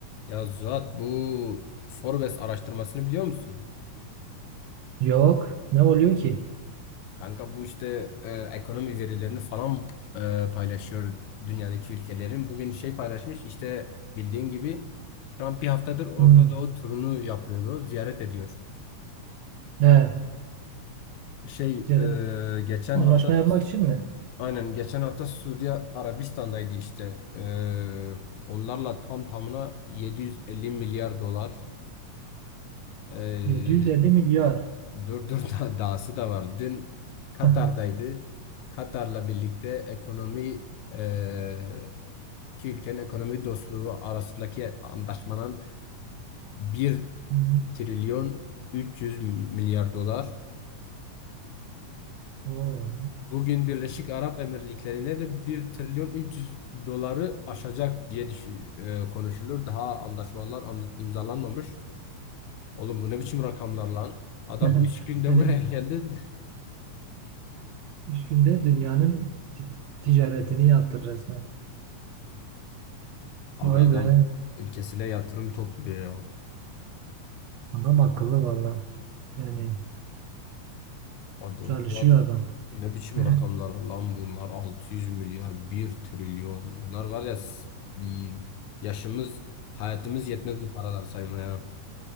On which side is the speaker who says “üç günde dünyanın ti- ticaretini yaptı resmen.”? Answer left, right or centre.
Right